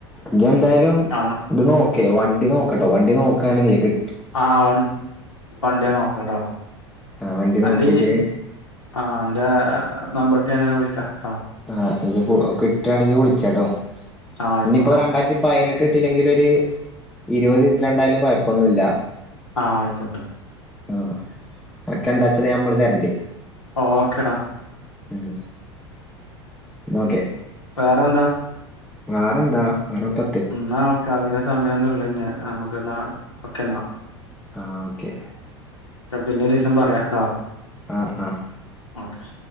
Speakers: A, in the centre; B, on the left.
A: ഇജ് എന്തായാലും
B: അന്ന്
A: ഇത് നോക്കേ വണ്ടി നോക്ക്ട്ടോ വണ്ടി നോക്കാണെങ്കിലേ കി
B: ആഹ് വൺ വണ്ടി നോക്കട്ടോ
A: ആഹ് വണ്ടി നോക്കീട്ട്
B: അന്റെ ഈ ആഹ് അന്റെ നമ്പറ്ട്ട്യാ ഞാ വിളിക്കാ ട്ടോ.
A: ആഹ് ഇഞ്ഞ്‌ കിട്ടാണെങ്കീ വിള്ച്ചാട്ടോ
B: ആഹ് ആയിക്കോട്ടെ
A: ഇഞ്ഞിപ്പോ രണ്ടായ്രത്തി പയ്നെട്ട് കിട്ടീല്ലെങ്കിലൊര് ഇരുവത് ഇര്വത്ത് രണ്ടായാലും കൊഴപ്പൊന്നുല്ല.
B: ആഹ് അയിക്കോട്ടെ.
A: ആഹ് അൻക്കെന്താച്ചാല് അമ്മള് തെര്ണ്ട്.
B: ഓക്കെടാ.
A: ഉം ന്നാ ഓക്കെ.
B: വേറെന്താ?
A: വേറെന്താ വേറപ്പ
B: ഉം ന്നാ ഓക്കെ അധികം സമയമൊന്നുല്ലഞ്ഞ് അമ്മക്ക് ന്നാ ഓക്കെന്നാ.
A: ആഹ് ഓക്കെ.
B: പിന്നൊരീസം പറയാ ട്ടോ.
A: ആഹ് ആഹ്.
B: ഓക്കെ.